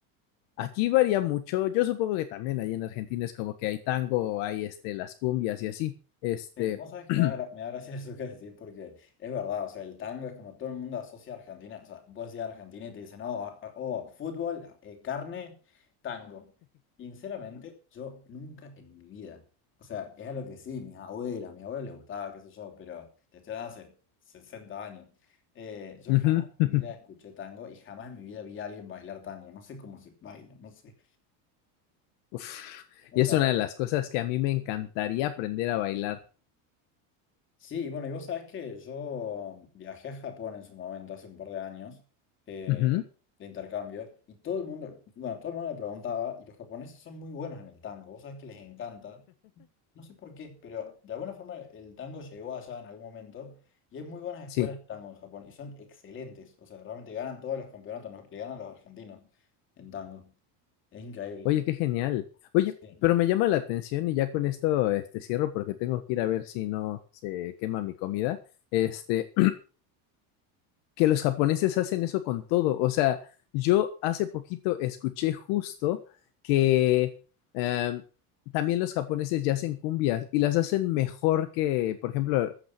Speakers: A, on the left; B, on the left.
A: aquí varía mucho, yo supongo que también ahí en Argentina es como que hay tango, hay este, las cumbias y así. Este,
B: Sí, vos sabés que
A: <clears throat>
B: me da, gra- me da gracia <laughs> eso que decís, porque es verdad, o sea, el tango es como todo el mundo asocia a Argentina, o sea, vos decís Argentina y te dicen, oh, a- oh, fútbol, eh, carne, tango. Sinceramente, yo nunca en mi vida, o sea, es algo que sí, mis abuelas, a mis abuelos les gustaba, qué sé yo, pero te estoy hablando hace 60 años. Eh, yo
A: ujú,
B: jamás
A: <laughs>
B: en mi vida escuché tango y jamás en mi vida vi a alguien bailar tango, no sé cómo se baila, no sé.
A: Uf,
B: O
A: y
B: sea,
A: es una de las cosas que a mí me encantaría aprender a bailar.
B: Sí, bueno, y vos sabés que yo viajé a Japón en su momento, hace un par de años, eh,
A: Ujú.
B: de intercambio, y todo el mundo, bueno, todo el mundo me preguntaba, y los japoneses son muy buenos en el tango, vos sabés que les encanta, no sé por qué, pero de alguna forma el tango llegó allá en algún momento, y hay muy buenas escuelas
A: Sí,
B: de tango en Japón, y son excelentes, o sea, realmente ganan todos los campeonatos, nos- le ganan a los argentinos en tango, es increíble,
A: oye, qué genial. Oye,
B: sí.
A: pero me llama la atención y ya con esto este, cierro porque tengo que ir a ver si no se quema mi comida. Este, <clears throat> que los japoneses hacen eso con todo. O sea, yo hace poquito escuché justo que em, también los japoneses ya hacen cumbias y las hacen mejor que, por ejemplo,